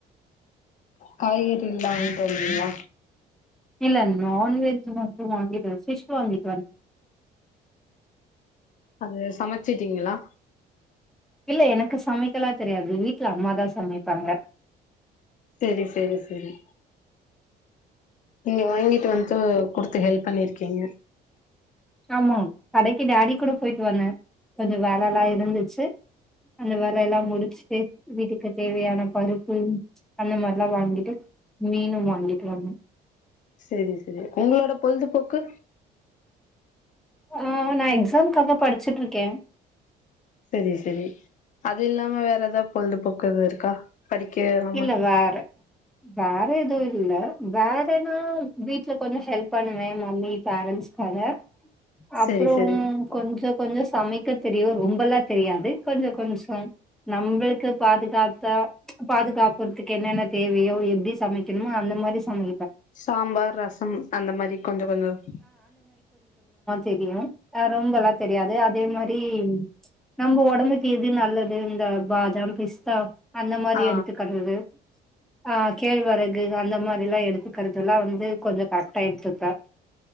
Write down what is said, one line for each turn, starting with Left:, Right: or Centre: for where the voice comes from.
Left: காய்கறி எல்லாம் வாங்கிட்டு வந்தியா
Centre: இல்ல நான் வெஜ் வும் வாங்கிட்டு ஃபிஷ்வாங்கிட்டு வ
Left: அது சமைச்சிட்டீங்களா
Centre: இல்ல எனக்கு சமைக்கலாம் தெரியாது வீட்டுல அம்மாதான் சமைப்பாங்க
Left: செரி செரி செரி நீங்க வாங்கிட்டு வந்து குடுத்து ஹெல்ப் பண்ணிருக்கீங்க
Centre: ஆமா கடைக்கு டாடி கூட போயிட்டு வந்தேன் கொஞ்சம் வேலை எல்லாம் இருந்துச்சு அந்த வேலை எல்லாம் முடிச்சுட்டு வீட்டுக்கு தேவையான பருப்பு அந்த மாதிரியெல்லாம் வாங்கிட்டு மீனும் வாங்கிட்டு வந்தேன்
Left: சரி சரி உங்களோட பொழுதுபோக்கு
Centre: ஆஹ் நான் எக்ஸாம்காக படிச்சுட்டு இருக்கேன்
Left: சரி சரி அது இல்லாம வேற ஏதாவது பொழுதுபோக்கு எது இருக்கா படிக்க இல்லாம
Centre: இல்ல வேற வேற எதுவும் இல்லை வேறனா வீட்டுல கொஞ்சம் ஹெல்ப் பண்ணுவேன் மம்மி பேரன்ட்ஸ்காக அப்புறம்
Left: செரி செரி
Centre: கொஞ்சம் கொஞ்சம் சமைக்க தெரியும் ரொம்பெல்லாம் தெரியாது கொஞ்சம் கொஞ்சம் நம்மளுக்கு பாதுகாத்தா பாதுகாப்புறதுக்கு என்னென்ன தேவையோ எப்படி சமைக்கணுமோ அந்த மாதிரி சமை
Left: சாம்பார் ரசம் அந்த மாதிரி கொஞ்சம் கொஞ்சம்
Centre: தெரியஹ ரொம்ப எல்லாம் தெரியாது அதே மாரி நம்ம ஒடம்புக்கு எது நல்லது இந்த பாதாம் பிஸ்தா அந்த மாரி
Left: ஆ
Centre: எடுத் த்துகறது ஆஹ் கேழ்வரகு அந்த மாதிரி எல்லாம் எடுத்துக்கிறது எல்லாம் வந்து கொஞ்சம் கரெக்ட்டா எடுத்துப்பேன்